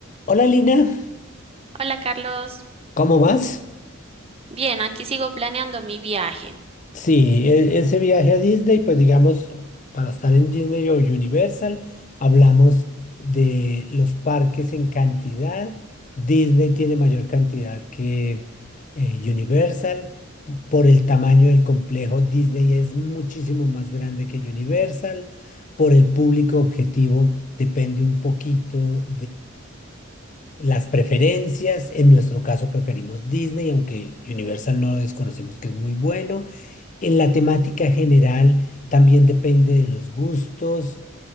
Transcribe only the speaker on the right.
Hola Carlos,
bien, aquí sigo planeando mi viaje.